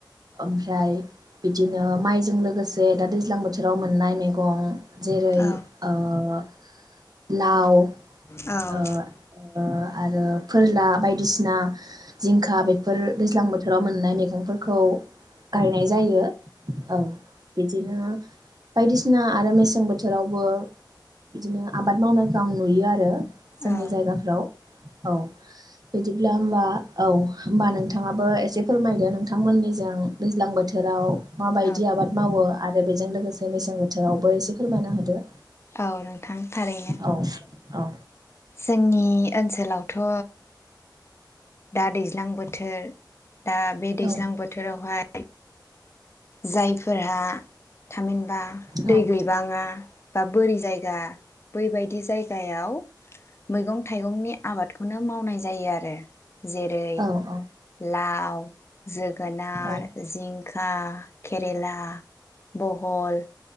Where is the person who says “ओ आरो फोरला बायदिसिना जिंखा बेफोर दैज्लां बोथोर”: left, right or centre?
Right